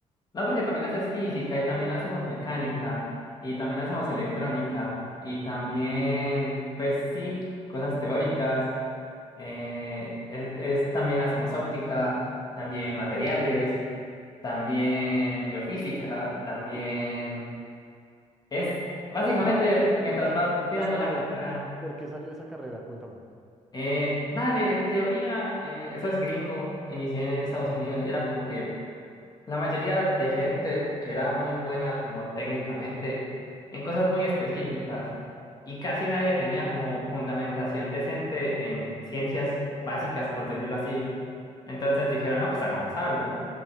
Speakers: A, on the left; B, in the centre.
A: no, porque también haces física y también hacemos mecánica y también hacemos electrónica y también, pues sí, cosas teóricas, eh, es- es- también hacemos óptica, también materiales. también biofísica,
B: Sí.
A: también
B: Ok.
A: es básicamente
B: De por,
A: mientras
B: por qué,
A: vas
B: por
A: tirando
B: qué salió?
A: la carrera.
B: ¿Por qué salió esa carrera? Cuéntame.
A: eh, dale, en teoría, eh, eso es gringo, inicié en Estados Unidos y era como que la mayoría de gente era muy buena como técnicamente en cosas muy específicas y casi nadie tenía como fundamentación decente en ciencias básicas, por decirlo así. Entonces dijeron, no, pues hagamos algo.